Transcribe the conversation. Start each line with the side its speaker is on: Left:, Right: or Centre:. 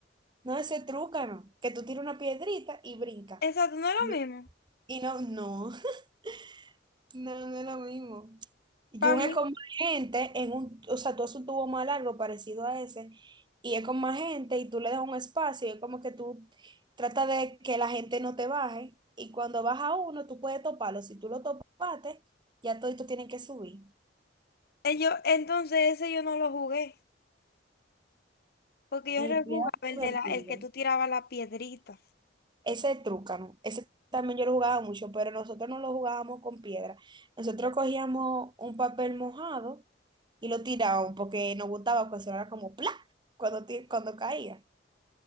Right: No ese no que tú tiras una piedrita y brinca.
Left: Exacto, no es lo
Right: No,
Left: mismo.
Right: Y no, no, <laughs> no, no es lo mismo. Y
Left: Para
Right: un es
Left: mí,
Right: con más gente, en un, o sea, tú haces un tubo más largo parecido a ese, y es con más gente, y tú le das un espacio, y es como que tú tratas de que la gente no te baje, y cuando baja uno, tú puedes toparlo. Si tú lo topaste, ya todos tienen que subir.
Left: eh, yo, entonces ese yo no lo jugué. Porque
Right: Y
Left: yo rejugaba
Right: bien
Left: el
Right: divertido.
Left: de la, el que tú tirabas la piedrita.
Right: Ese trucano, ese también yo lo jugaba mucho, pero nosotros no lo jugábamos con piedra. Nosotros cogíamos un papel mojado y lo tirábamos porque nos gustaba que sonara como ¡plá! cuando, ti- cuando caía.